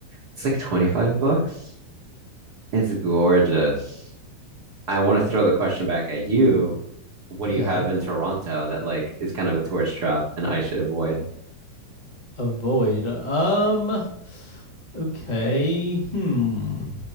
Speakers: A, on the right (about 80°); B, on the left (about 25°).
A: It's like 25 bucks. It's gorgeous. I want to throw the question back at you. What
B: Yeah.
A: do you have in Toronto that like is kind of a tourist trap and I should avoid?
B: Avoid. Um. Okay. Hmm.